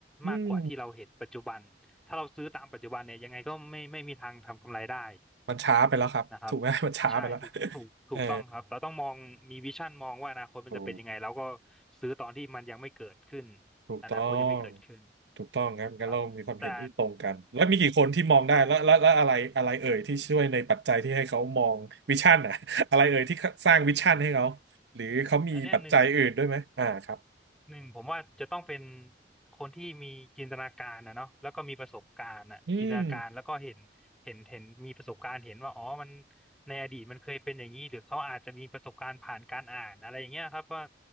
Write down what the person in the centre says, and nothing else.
มากกว่าที่เราเห็นปัจจุบันถ้าเราซื้อตามปัจจุบันเนี่ยยังไงก็ไม่ไม่มีทางทำกำไรได้
นะครับ
ใช่ถูกถูกถูกต้องครับเราต้องมองมีวิชั่นมองว่าอนาคตมันจะเป็นยังไงแล้วก็
ซื้อตอนที่มันยังไม่เกิดขึ้น
อนาคตยังไม่เกิดขึ้น
ครับแต่
ใช่
อันเนี้ยหนึ่งหนึ่งผมว่าจะต้องเป็นคนที่มีจินตนาการนะเนาะแล้วก็มีประสบการณ์อ่ะจินตนาการแล้วก็เห็นเห็นเห็นมีประสบการณ์เห็นว่าอ๋อมัน
ในอดีตมันเคยเป็นอย่างนี้หรือเขาอาจจะมีประสบการณ์ผ่านการอ่านอะไรอย่างเงี้ยครับว่า